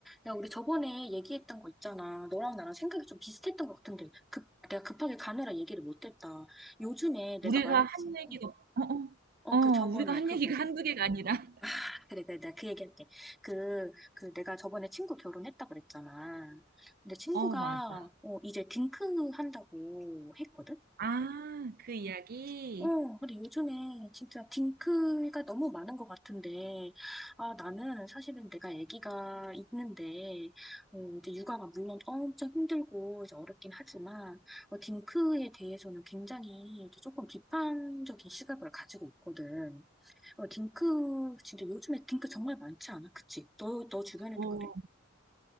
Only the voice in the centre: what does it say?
야, 우리 저번에 얘기했던 거 있잖아. 너랑 나랑 생각이 좀 비슷했던 것 같은데, 급, 내가 급하게 가느라 얘기를 못했다. 요즘에 내가
말했지.
어,
어,
그 저번에
그거.
아, 그래, 그래, 내가 그 얘기할게. 그, 그 내가 저번에 친구 결혼했다 그랬잖아. 근데 친구가
어, 이제 딩크 한다고 했거든?
어, 근데 요즘에 진짜 딩크가 너무 많은 것 같은데, 아, 나는 사실은 내가 아기가 있는데, 어, 이제 육아가 물론 엄청 힘들고 이제 어렵긴 하지만, 어, 딩크에 대해서는 굉장히 이제 조금 비판적인 시각을 가지고 있거든. 어, 딩크, 진짜 요즘에 딩크 정말 많지 않아? 그치? 너, 너 주변에도
그래?